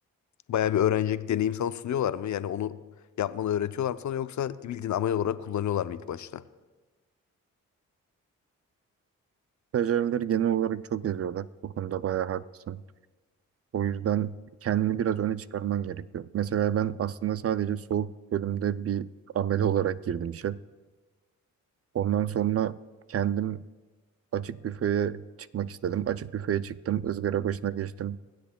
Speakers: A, on the left; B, on the right.
A: Bayağı bir öğrenecek deneyim sana sunuyorlar mı? Yani onu yapmanı öğretiyorlar mı sana yoksa bildiğin amel olarak kullanıyorlar mı ilk başta?
B: Stajyerleri genel olarak çok eziyorlar. Bu konuda bayağı haklısın. O yüzden kendini biraz öne çıkarman gerekiyor. Mesela ben aslında sadece soğuk bölümde bir amele olarak girdim işe. Ondan sonra kendim açık büfeye çıkmak istedim. Açık büfeye çıktım, ızgara başına geçtim.